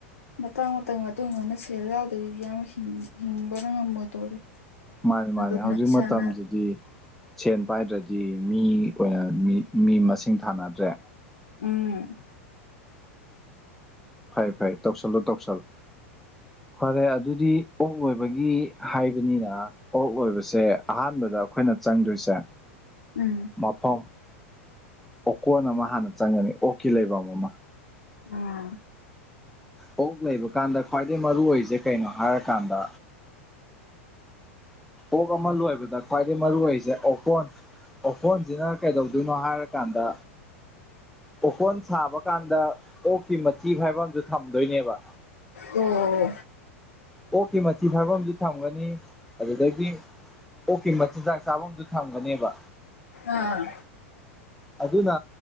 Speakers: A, on the left (about 90°); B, in the centre.
A: ꯃꯇꯥꯡ ꯃꯇꯝ ꯃꯇꯨꯡ ꯏꯟꯅ ꯁꯦꯜ ꯌꯥꯎꯗꯗꯤ ꯏꯌꯥꯝ ꯍꯤꯡ ꯍꯤꯡꯕꯒ ꯉꯝꯃꯣꯏꯗꯧꯔꯤ
B: ꯃꯥꯅꯤ ꯃꯥꯅꯤ
A: ꯑꯗꯨꯅ
B: ꯍꯧꯖꯤꯛ
A: ꯏꯁꯥꯅ
B: ꯃꯇꯝꯁꯤꯗꯤ ꯁꯦꯟ ꯄꯥꯏꯗ꯭ꯔꯗꯤ ꯃꯤ ꯑꯣꯢꯅ ꯃꯤ ꯃꯤ ꯃꯁꯤꯡ ꯊꯥꯅꯗ꯭ꯔꯦ
A: ꯎꯝ
B: ꯐꯩ ꯐꯩ ꯇꯧꯁꯜꯂꯨ ꯇꯧꯁꯜꯂꯨ ꯐꯔꯦ ꯑꯗꯨꯗꯤ ꯑꯣꯛ ꯂꯣꯏꯕꯒꯤ ꯍꯥꯏꯕꯅꯤꯅ ꯑꯣꯛ ꯂꯣꯏꯕꯁꯦ ꯑꯍꯥꯟꯕꯗ ꯑꯈꯣꯏꯅ ꯆꯪꯗꯣꯏꯁꯦ
A: ꯎꯝ
B: ꯃꯐꯝ ꯑꯣꯀꯣꯟ ꯑꯃ ꯍꯥꯟꯅ ꯆꯪꯒꯅꯤ ꯑꯣꯛꯀꯤ ꯂꯩꯕꯝ ꯑꯃ
A: ꯎꯝ
B: ꯑꯣꯛ ꯂꯩꯕ ꯀꯥꯟꯗ ꯈ꯭ꯋꯥꯏꯗꯩ ꯃꯔꯨ ꯑꯣꯏꯖꯦ ꯀꯩꯅꯣ ꯍꯥꯏꯔꯀꯥꯟꯗ ꯑꯣꯛ ꯑꯃ ꯂꯣꯢꯕꯗ ꯈ꯭ꯋꯥꯥꯏꯗꯩ ꯃꯔꯨ ꯑꯣꯢꯁꯦ ꯑꯣꯀꯣꯟ ꯑꯣꯀꯣꯟꯖꯤꯅ ꯀꯩꯗꯧꯗꯣꯏꯅꯣ ꯍꯥꯏꯔꯀꯥꯟꯗ ꯑꯣꯀꯣꯟ ꯁꯥꯕ ꯀꯥꯟꯗ ꯑꯣꯛꯀꯤ ꯃꯊꯤ ꯐꯥꯢꯕꯝꯖꯨ ꯊꯝꯗꯣꯏꯅꯦꯕ
A: ꯑꯣ
B: ꯑꯣꯛꯀꯤ ꯃꯊꯤ ꯐꯥꯢꯐꯝꯖꯨ ꯊꯝꯒꯅꯤ ꯑꯗꯨꯗꯒꯤ ꯑꯣꯛꯀꯤ ꯃꯆꯤꯟꯖꯥꯛ ꯆꯥꯐꯝꯖꯨ ꯊꯝꯒꯅꯦꯕ
A: ꯑꯥ
B: ꯑꯗꯨꯅ